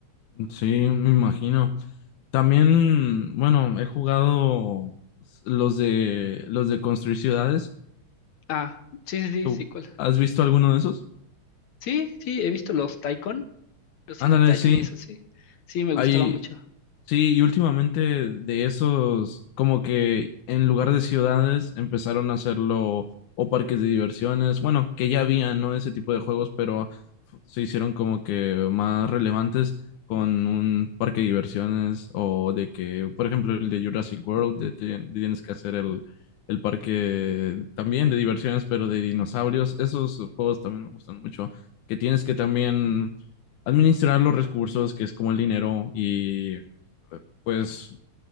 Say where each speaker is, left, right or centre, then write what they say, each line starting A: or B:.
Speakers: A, on the left (about 85°); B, on the left (about 70°).
A: Sí, me imagino. También, bueno, he jugado los de los de construir ciudades.
B: Ah, sí, sí, sí,
A: ¿Tú
B: sí, ¿cuál?
A: has visto alguno de esos?
B: Sí, sí, he visto los Taikon Los City
A: Ándale,
B: Tycoon,
A: sí.
B: eso sí. Sí, me gustaba
A: Hay,
B: mucho.
A: Sí, y últimamente de esos, como que en lugar de ciudades empezaron a hacerlo o parques de diversiones, bueno, que ya había, ¿no? Ese tipo de juegos, pero se hicieron como que más relevantes con un parque de diversiones o de que, por ejemplo, el de Jurassic World, de te- tienes que hacer el, el parque también de diversiones, pero de dinosaurios. Esos juegos también me gustan mucho, que tienes que también administrar los recursos, que es como el dinero y pues